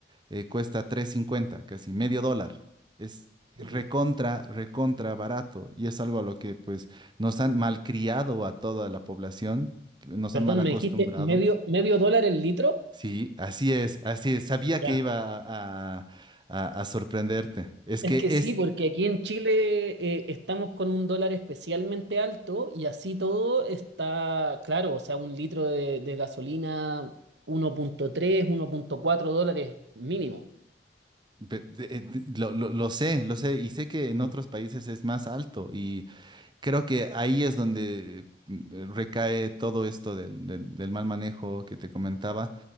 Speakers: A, on the right; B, on the right.
A: eh, cuesta tres cincuenta casi medio dólar. Es
B: ujú.
A: recontra, recontra barato y es algo a lo que pues nos han malcriado a toda la población, nos
B: Perdón,
A: han mal acostumbrado.
B: me dijiste medio, medio dólar el litro.
A: Sí, así es, así es. Sabía que
B: Ya.
A: iba a, a- a- a sorprenderte. Es
B: Es
A: que
B: que
A: es,
B: sí, porque aquí en Chile eh, estamos con un dólar especialmente alto y así todo está, claro, o sea, un litro de, de gasolina 1.3, 1.4 dólares mínimo.
A: ve- de- de- lo, lo- lo sé, lo sé y sé que en
B: Mm.
A: otros países es más alto y creo que ahí es donde mm, recae todo esto del, del- del mal manejo que te comentaba,